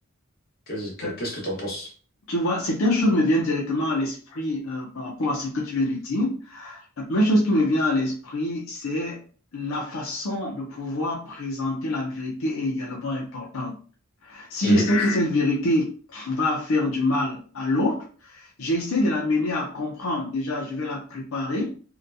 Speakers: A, on the left; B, on the left.
A: Qu'est-ce que
B: Euh,
A: qu'est-ce que t'en penses?
B: tu vois, certaines choses me viennent directement à l'esprit euh, par rapport à ce que tu viens de dire. La première chose qui me vient à l'esprit, c'est la façon de pouvoir présenter la vérité est également importante. Si
A: Mhm.
B: je sais que cette vérité va faire du mal à l'autre, j'essaie de l'amener à comprendre. Déjà, je vais la préparer